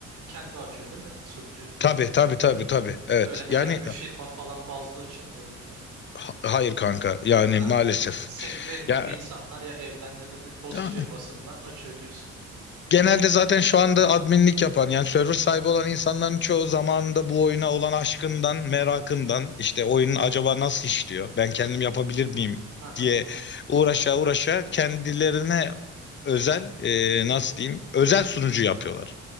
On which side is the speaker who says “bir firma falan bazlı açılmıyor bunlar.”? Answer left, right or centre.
Right